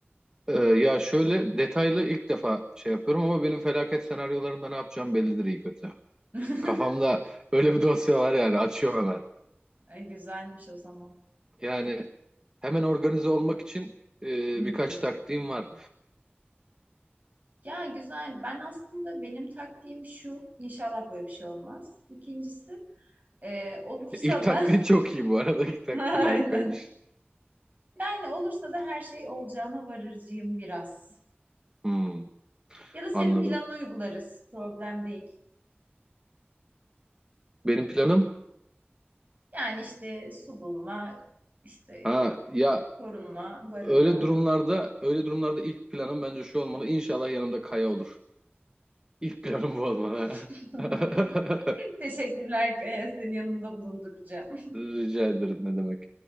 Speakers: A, on the right; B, on the right.
A: Ee, ya şöyle detaylı ilk defa şey yapıyorum ama benim felaket senaryolarında ne yapacağım bellidir iyi kötü.
B: <laughs>
A: Kafamda öyle bir dosya var yani açıyorum hemen.
B: Ay, güzelmiş o zaman.
A: Yani hemen organize olmak için e,
B: Hı
A: birkaç
B: hı.
A: taktiğim var.
B: Ya güzel. Ben aslında benim taktiğim şu. İnşallah böyle bir şey olmaz. İkincisi e, olursa
A: İlk taktiğin
B: da
A: çok iyi bu arada. <laughs> İlk taktiğin
B: <laughs>
A: harikaymış.
B: aynen. Yani olursa da her şey olacağına varırcıyım biraz.
A: Hmm,
B: Ya da senin
A: anladım.
B: planını uygularız. Problem değil.
A: Benim planım
B: Yani işte su bulma, işte
A: ha ya
B: korunma, barınma.
A: öyle durumlarda öyle durumlarda ilk planım bence şu olmalı. İnşallah yanımda Kaya olur. İlk planım bu olmalı.
B: <laughs>
A: <laughs>
B: Teşekkürler Kaya, seni yanımda bulunduracağım.
A: Rica ederim ne demek.